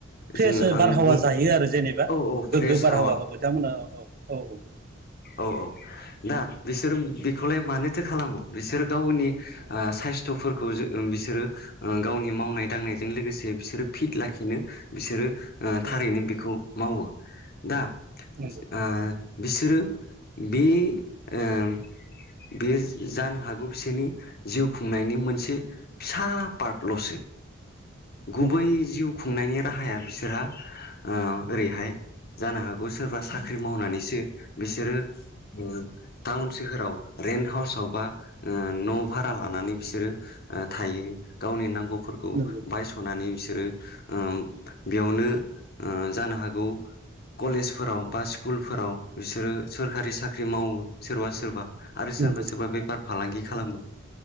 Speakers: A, on the right (about 50°); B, on the left (about 50°).
A: फ्रेस
B: जोङो आं
A: बारहावा
B: बुं
A: जाहायो आरो जेनेबा
B: औ औ फ्रेस
A: गोग्गो बारहावाखौ
B: हावा
A: बिथांमोना औ -औ- औ-
B: औ- औ- दा बिसोर बेखौलाय मानोथो खालामो बिसोरो गावनि
A: नंगौ
B: ओ साइस्थ'फोरखौ जो बिसोरो ओ गावनि मावनाय दांनायजों लोगोसे बिसोरो फिट लाखिनो बिसोरो ओ थारैनो
A: नंगौ
B: बेखौ मावो दा
A: नंगौ
B: ओ बिसोरो बे ओम बेयो जानो हागौ बिसोरनि जिउ खुंनायनि मोनसे फिसा पार्टल'सो गुबै
A: नंगौ
B: जिउ खुंनायनि राहाया बिसोरहा ओ ओरैहाय जानो हागौ सोरबा साख्रि मावनानैसो बिसोरो ओ टाउन सोहोराव रेन्ट हाउसाव बा ओ न' भारा लानानै बिसोरो ओ थायो गावनि नांगौ फोरखौ
A: नंगौ
B: बायस'नानै बिसोरो ओ बेयावनो ओ जानो हागौ कलेजफोराव बा स्कुलफोराव बिसोरो सोरखारि साख्रि मावो सोरबा सोरबा आरो सोरबा
A: नंगौ
B: सोरबा बेफार फालांगि खालामो।